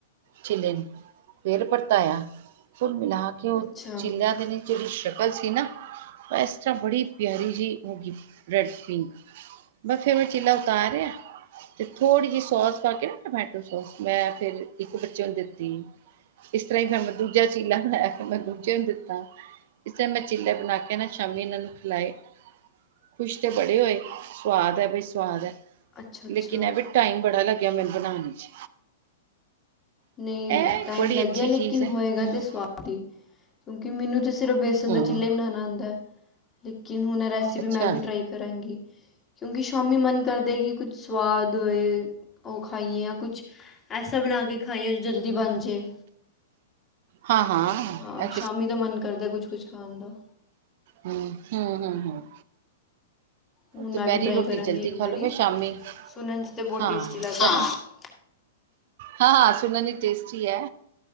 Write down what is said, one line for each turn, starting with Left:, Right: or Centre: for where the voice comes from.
Right: ਚਿੱਲੇ ਨੇ ਫੇਰ ਪਰਤਾਇਆ ਫੁੱਲ ਮਿਲਾ ਕੇ ਉਹ
Left: ਅੱਛਾ
Right: ਚਿੱਲਿਆਂ ਦੇ ਨੇ ਜਿਹੜੀ ਸ਼ਕਲ ਸੀ ਨਾ ਇਸ ਤਰ੍ਹਾਂ ਬੜੀ ਪਿਆਰੀ ਜਿ ਹੋ ਗ ਰੈਡ ਪਿੰਕ ਬਸ ਫੇਰ ਮੈਂ ਚੀਲਾ ਉਤਾਰਿਆ ਤੇ ਥੋੜ੍ਹੀ ਜਿਹੀ ਸੋਸ ਪਾ ਕੇ ਨਾ ਟਮੈਟੋ ਸੋਸ ਮੈਂ ਫੇਿਰ ਇੱਕ ਬੱਚੇ ਨੂੰ ਦਿੱਤੀ ਇਸ ਤਰ੍ਹਾਂ ਹੀ ਫਿਰ ਮੈਂ ਦੂਜਾ ਚੀਲਾ ਬਣਾਇਆ ਫਿਰ ਮੈਂ ਦੂਜੇ ਨੂੰ ਦਿੱਤਾ ਇਸਰ ਮੈਂ ਚਿੱਲੇ ਬਣਾ ਕੇ ਨਾ ਸ਼ਾਮੀ ਇਹਨਾਂ ਨੂੰ ਖਿਲਾਏ ਖੁਸ਼ ਤੇ ਬੜੇ ਹੋਏ ਸਆਦ ਹੈ ਬਈ ਸਵਾਦ ਹੈ
Left: ਅੱਛਾ ਅੱਛਾ
Right: ਲੇਕਿਨ ਇਹ ਵੀ ਟਾਈਮ ਬੜਾ ਲੱਗਿਆ ਮੈਨੂੰ ਬਣਾਉਣ ਚ
Left: ਨਹੀਂ
Right: ਇਹ
Left: ਟਾਈਮ
Right: ਬੜੀ
Left: ਲੱਗਿਆ
Right: ਅੱਛੀ
Left: ਲੇਕਿਨ
Right: ਚੀਜ਼ ਹੈ।
Left: ਹੋਏਗਾ
Right: ਹੂੰ
Left: ਤੇ ਸਵਾਦ ਕਿਉਂਕਿ ਮੈਨੂੰ ਤਾਂ ਸਿਰਫ਼ ਬੇਸਣ
Right: ਹੂੰ
Left: ਦਾ ਚਿੱਲਾ ਹੀ ਬਣਾਉਣਾ ਆਉਂਦਾ ਹੈ ਲੇਕਿਨ ਹੁਣ ਰਸੀਪ
Right: ਅੱਛਾ
Left: ਮੈਂ ਵੀ ਟਰਾਈ ਕਰਾਂਗੀ ਕਿਉਂਕਿ ਸ਼ਾਮੀ ਮਨ ਕਰਦਾ ਕਿ ਕੁਛ ਸਵਾਦ ਹੋਏ ਉਹ ਖਾਈਏ ਜਾਂ ਕੁਛ ਐਸਾ ਬਣਾ ਕੇ ਖਾਈਏ ਜੋ ਜਲਦੀ ਬਣ ਜਾੇ
Right: ਹਾਂ
Left: ਹਾਂ
Right: ਇਹ
Left: ਸ਼ਾਮੀ ਦਾ ਮਨ ਕਰਦਾ ਕੁਛ ਕੁਛ ਖਾਣ ਦਾ
Right: ਹਮ ਹਮ ਹਮ ਹਮ
Left: ਹੁਣ
Right: ਦੁਪਹਿਰੀ
Left: ਮੈਂ ਵੀ ਟਰਾਈ
Right: ਰੋਟੀ
Left: ਕਰਾਂਗੀ
Right: ਜਲਦੀ
Left: ਇੱਕ
Right: ਖਾ
Left: ਵਾਰੀ
Right: ਲਓ ਫ ਸ਼ਾਮੀ
Left: ਸੁਣਨ 'ਚ ਤਾਂ ਬਹੁਤ
Right: ਹਾਂ
Left: ਟੇਸਟੀ ਲੱਗਦੀ
Right: ਕਰਨਾ
Left: ਹੈ
Right: ਹਾਂ ਸੁਣਨ ਦੀ ਟੇਸਟੀ ਹੈ